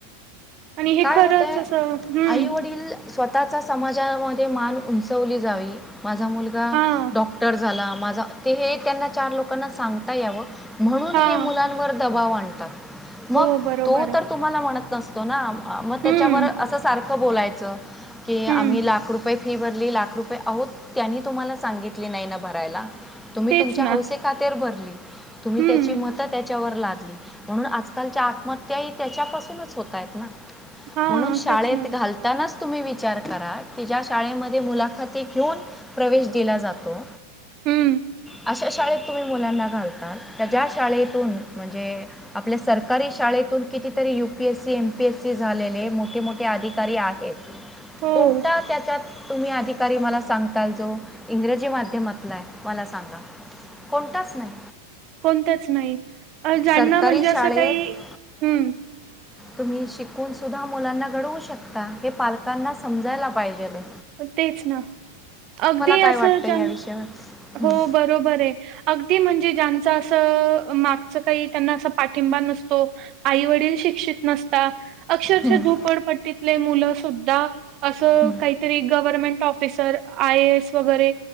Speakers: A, on the right; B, in the centre.
A: आणि हे
B: काय
A: खरंच
B: होतंय,
A: असं हं.
B: आई वडील स्वतःचा समाजामध्ये मान उंचवली. जावी. माझा मुलगा
A: हां,
B: डॉक्टर झाला. माझं ते हे त्यांना चार लोकांना सांगता यावं. म्हणून
A: हां.
B: हे मुलांवर दबाव आणतात. मग
A: हो, बरोबर
B: तो
A: आहे.
B: तर तुम्हाला म्हणत नसतो ना, म त्याच्यावर
A: हं,
B: असं सारखं, बोलायचं. की आम्ही
A: हं.
B: लाख रुपये फी भरली लाख रुपये आहोत, त्यांनी तुम्हाला सांगितले नाही ना भरायला, तुम्ही
A: तेच
B: तुमच्या
A: ना.
B: हौसे खातेर भरली. तुम्ही
A: हं.
B: त्याची मत त्यात चवरल म्हणून आजकालच्या आत्महत्या ह त्याच्यापासूनच होतय आहेत ना.
A: हां,
B: म्हणून शाळेत
A: तेच ना.
B: घालतानाच, तुम्ही विचार करा की ज्या शाळेमध्ये मुलाखती घेऊन प्रवेश दिला जातो.
A: हम्म!
B: अशा शाळेत तुम्ही मुलांना घालता तर ज्या शाळेतून म्हणजे, आपल्या सरकारी शाळेतून किती, तर U P S C, M P S ते झालेले मोठे मोठे अधिकारी आहेत.
A: हो,
B: कोणता त्याच्यात? तुम्ही अधिकारी मला सांगताल, जो इंग्रजी माध्यमातलाय? मला सांगा कोणताच नाही.
A: कोणतंच नाही. अ ज्यांना
B: सरकारी
A: म्हणजे असं
B: शाळेत
A: काही हम्म
B: तुम्ही शिकून सुद्धा मुलांना घडवू शकता. हे पालकांना समजायला पाहिजेल ये
A: अ तेच ना, अगदी
B: काय
A: अस
B: वाटतं
A: ज्यानं,
B: या विषयावर हम्म,
A: हो बरोबर ये अगदी म्हणजे ज्यांच अस अ मागच काही त्यांना अस पाठिंबा नसतो, आई वडील शिक्षित नसता अक्षरशः
B: हम्म,
A: झोपडपट्टीतले मुलं सुद्धा असं
B: हम्म,
A: काइ government officer I A S वगैरे